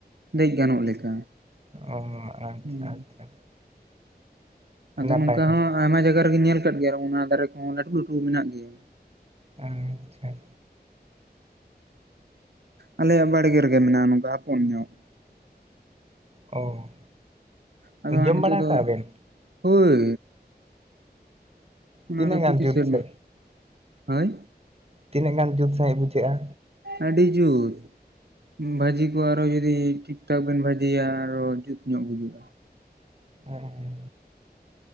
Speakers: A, on the right; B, on the right.
A: ᱫᱮᱡ ᱜᱟᱱᱚᱜ ᱞᱮᱠᱟ
B: ᱚ ᱟᱪᱪᱷᱟ
A: ᱦᱮᱸ
B: ᱟᱪᱪᱷᱟ
A: ᱟᱫᱚ
B: ᱱᱟᱯᱟᱭ
A: ᱱᱚᱝᱠᱟ
B: ᱠᱟᱛᱷᱟ
A: ᱦᱚᱸ ᱟᱭᱢᱟ ᱡᱟᱭᱜᱟ ᱨᱮᱜᱮᱧ ᱧᱮᱞ ᱠᱟᱜ ᱜᱮᱭᱟ ᱚᱱᱟ ᱫᱟᱨᱮ ᱠᱚᱦᱚᱸ ᱞᱟᱹᱴᱩ ᱞᱟᱹᱴᱩ ᱢᱮᱱᱟᱜ ᱜᱮᱭᱟ
B: ᱟᱪᱪᱷᱟ
A: ᱟᱞᱮᱭᱟᱜ ᱵᱟᱲᱜᱮ ᱨᱮᱜᱮ ᱢᱮᱱᱟᱜᱼᱟ ᱱᱚᱝᱠᱟ ᱦᱚᱯᱚᱱ ᱧᱚᱜ
B: ᱚ
A: ᱟᱫᱚ
B: ᱡᱚᱢ
A: ᱦᱟᱜ ᱱᱤᱛᱚᱜ
B: ᱵᱟᱲᱟ
A: ᱫᱚ
B: ᱠᱟᱜᱼᱟ ᱵᱮᱱ
A: ᱦᱳᱭ ᱚᱱᱟ
B: ᱛᱤᱱᱟᱹᱜ
A: ᱫᱚ
B: ᱜᱟᱱ
A: ᱯᱨᱚᱛᱤ
B: ᱡᱩᱛ
A: ᱥᱮᱨᱢᱟ
B: ᱥᱮ
A: ᱦᱳᱭ
B: ᱛᱤᱱᱟᱹᱜ ᱜᱟᱱ ᱡᱩᱛ ᱥᱟᱺᱦᱤᱡ ᱵᱩᱡᱷᱟᱹᱜᱼᱟ
A: ᱟᱹᱰᱤ ᱡᱩᱛ ᱵᱷᱟᱹᱡᱤ ᱠᱚ ᱟᱨᱦᱚᱸ ᱡᱩᱫᱤ ᱴᱷᱤᱠ ᱴᱷᱟᱠ ᱵᱮᱱ ᱵᱷᱟᱹᱡᱤᱭᱟ ᱟᱨᱚ ᱡᱩᱛ ᱧᱚᱜ ᱵᱩᱡᱩᱜᱼᱟ
B: ᱦᱮᱸ